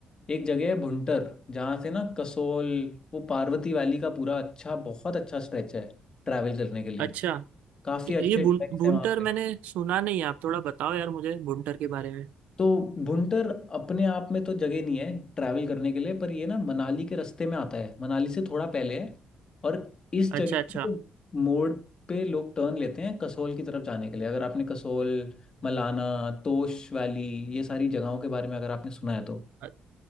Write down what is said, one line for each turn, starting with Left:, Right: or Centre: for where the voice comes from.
Left: एक जगह है भुंटर जहाँ से ना कसोल वो पार्वती वैली का पूरा अच्छा बहुत अच्छा स्ट्रेच है ट्रैवल करने के लिए
Right: अच्छा
Left: काफ़ी अच्छे
Right: ये भुन,
Left: ट्रैक्स
Right: भुंटर
Left: हैं वहाँ
Right: मैंने सुना नहीं है आप थोड़ा बताओ यार मुझे भुंटर के बारे में
Left: तो भुंटर अपने आप में तो जगह नहीं है ट्रैवल करने के लिए पर ये ना मनाली के रास्ते में आता है मनाली से थोड़ा पहले है और इस जगह
Right: अच्छा अच्छा
Left: को मोड़ पे लोग टर्न लेते हैं कसोल की तरफ जाने के लिए अगर आपने कसोल मलाना तोश वैली ये सारी जगहों के बारे में अगर आपने सुना है तो
Right: अ-